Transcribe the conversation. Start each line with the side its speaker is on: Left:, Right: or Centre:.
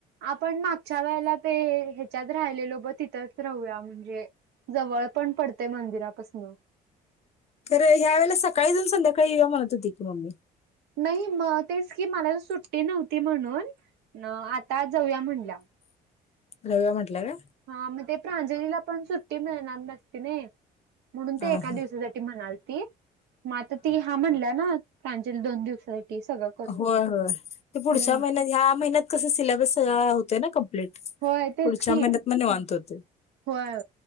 Right: आपण मागच्या वेळेला ते ह्याच्यात राहिलेलो ब तिथंच राहूया म्हणजे जवळ पण पडते मंदिरापसनं.
Left: तर ह्या वेला सकाळी जाऊन संध्याकाळी येऊया म्हणत होती की मम्मी.
Right: नाही म तेच की मला सुट्टी नव्हती म्हणून आता जाऊया म्हणल्या.
Left: जाऊया म्हटल्या काय?
Right: हा मग ते प्रांजलीला पण सुट्टी मिळणार नसती ना म्हणून ते
Left: हा
Right: एका
Left: हा
Right: दिवसासाठी म्हणालती मग आता ती हा म्हणल्या ना प्रांजली दोन दिवसासाठी सगळं करून
Left: होय होय ते पुढच्या
Right: हम्म
Left: महिन्यात ह्या महिन्यात कस सिलेबस सगळा होतय ना कम्प्लीट.
Right: होय तेच
Left: पुढच्या
Right: की
Left: महिन्यात मग निवांत होते.
Right: होय